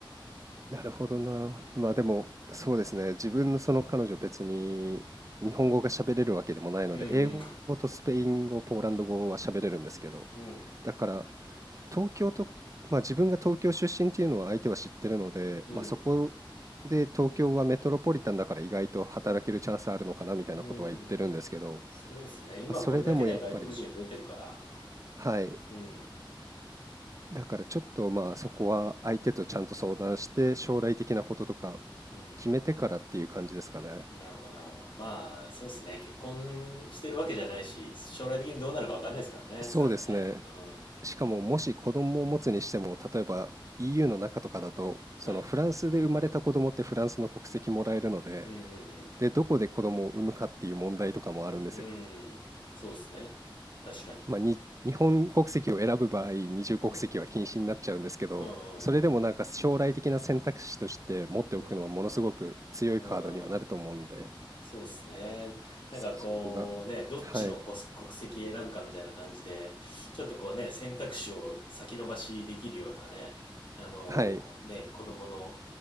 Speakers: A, on the right; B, on the left.
A: なるほどな。
B: うん。
A: まあでも、そうですね。自分のその彼女別に日本語が喋れるわけでもないので、
B: うんうん。
A: 英語とスペイン語、ポーランド語は喋れるんですけど、
B: うん。
A: だから東京と、まあ自分が東京出身っていうのは相手は知ってるので、
B: うん。
A: まあそこで東京はメトロポリタンだから意外と働けるチャンスあるのかなみたいなことは言ってるんですけど、
B: うん。そうですね。今これだけね、
A: まあそれでもやっぱり、
B: 外国人増えてるから。
A: はい、
B: うん。
A: だからちょっとまあそこは相手とちゃんと相談して将来的なこととか
B: うん。
A: 決めてからっていう感じですかね。
B: なるほど、なるほど。まあ、そうですね。結婚してるわけじゃないし、将来的にどうなるかわかんないですからね。
A: そうですね。
B: それはね。うん。
A: しかももし子供を持つにしても例えば EU の中とかだとそのフランスで生まれた子供ってフランスの国籍もらえるので、
B: はい。うんうん
A: でどこで子供を産むかっていう問題とかもあるんですよ。
B: うん。うん。そうですね。確かに。
A: まあ、に日本国籍を選ぶ場合二重国籍は禁止になっちゃうんですけどそれでもなんか将来的な選択肢として持っておくのはものすごく強いカードにはなると思うんで
B: うんうん。うんうんうんうん。うん。うん。そうですね。なんかこうね、
A: そこが、
B: どっちの国国籍選ぶかみたいな感じで、
A: はい、
B: ちょっとこうね、選択肢を先延ばしできるようなね、あのね、
A: はい、
B: 子供の